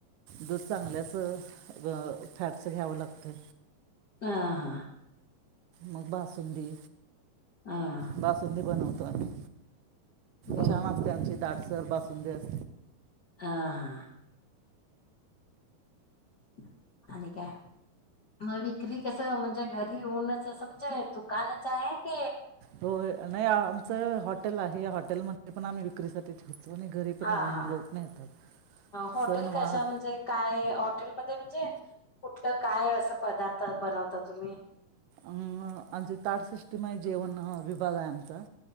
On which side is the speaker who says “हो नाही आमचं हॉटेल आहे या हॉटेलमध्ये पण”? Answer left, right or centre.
Right